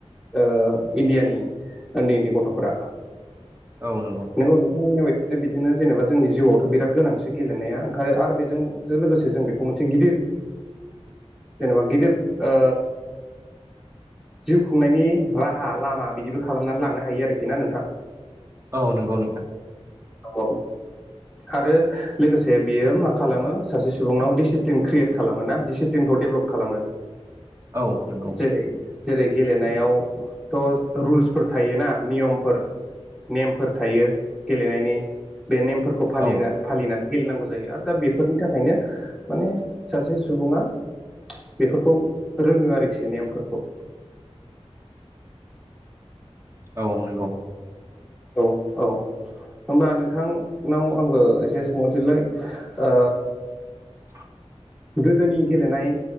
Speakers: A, in the centre; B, on the right.
A: ओ इण्डियानि उन्दै-उन्दै गथ'फोरा।
B: औ नंगौ।
A: नोंगौ नोंथां होननाय बादिनो बिदिनो जेनेबा जोंनि जिउआवथ' बिराद गोनांथि गेलेनाया ओंखायनो आरो बेजों जों लोगोसे जों बे- मोनसे गिदिर जेनेबा गिदिर ओ जिउ खुंनायनि राहा लामा बिदिबो खालामनानै लांनो हायो आरोखि ना नोंथां।
B: औ नंगौ नोंथां।
A: औ आरो लोगोसे बियो मा खालामो सासे सुबुंनाव डिसिप्लिन क्रियेट खालामोना डिसि- फ्लिनखौ डेभेलप खालामो।
B: औ नंगौ
A: जेरै जेरै गेलेनायावथ' रुलसफोर थायोना नियमफोर नेमफोर। थायो गेलेनायनि बे नेमफोरखौ फालिना
B: औ
A: फालिनानै गेलेनांगौ जायो आरो दा बेफोरनि थाखायनो माने सासे सुबुङा बेफोरखौ रोङो आरोखि नेमफोरखौ।
B: औ नंगौ
A: औ औ होमबा नोंथांनाव आंबो एसे सोंहरसैलाय ओ
B: <inaudible>
A: गोदोनि गेलेनाय